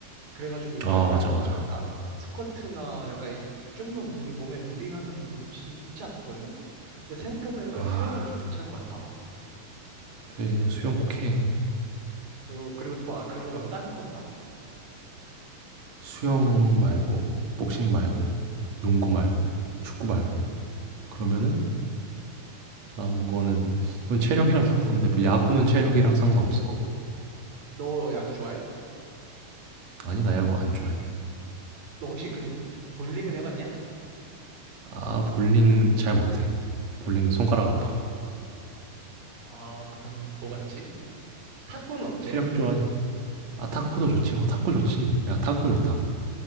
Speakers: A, on the right; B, on the right.
A: 그래가지고 내
B: 아,
A: 다리
B: 맞아,
A: 막
B: 맞아.
A: 약간 스쿼트나 약간 이- 좀만 무리, 몸에 무리 가면 무릎 진짜 아프거든? 근데 생각해보니까
B: 아,
A: 수영은 좀 괜찮은 것 같다.
B: 그래. 수영 꼭 해.
A: 그리고, 그리고 또 막 그런 거 말고 다른 거 없나?
B: 수영 말고, 복싱 말고, 농구 말고, 축구 말고. 그러면은 남은 거는 이건 체력이랑 상관없는데 뭐 야구는 체력이랑 상관없을 거고
A: 너 야구 좋아해?
B: 아니 나 야구 안 좋아해
A: 너 혹시 그냥 볼링은 해봤냐?
B: 아 볼링 잘 못해 볼링 손가락 아파
A: 아, 그러면 뭐가 있지? 탁구는 어때?
B: 체력 좋아하지 아 탁구도 좋지 어 탁구 좋지 야 탁구 좋다